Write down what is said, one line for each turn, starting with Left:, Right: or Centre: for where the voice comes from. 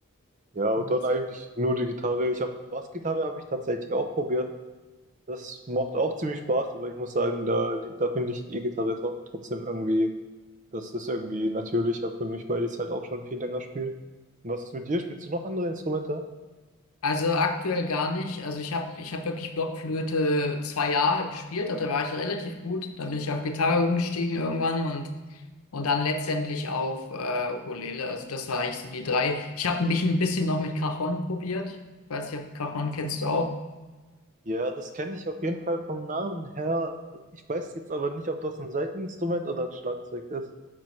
Right: ja, und
Left: Nice.
Right: dann eigentlich nur die Gitarre. Ich habe Bassgitarre habe ich tatsächlich auch probiert. Das macht auch ziemlich Spaß, aber ich muss sagen, da, da finde ich E-Gitarre tro trotzdem irgendwie, das ist irgendwie natürlicher für mich, weil ich es halt auch schon viel länger spiele. Und was ist mit dir? Spielst du noch andere Instrumente?
Left: Also aktuell gar nicht. Also ich habe ich hab wirklich Blockflöte zwei Jahre gespielt, also da war ich relativ gut. Dann bin ich auf Gitarre umgestiegen irgendwann und, und dann letztendlich auf äh, Ukulele. Also das war eigentlich so die drei. Ich habe mich ein bisschen noch mit Cajon probiert. Ich weiß nicht, ob Cajon kennst du auch.
Right: Ja, das kenne ich auf jeden Fall vom Namen her. Ich weiß jetzt aber nicht, ob das ein Saiteninstrument oder ein Schlagzeug ist.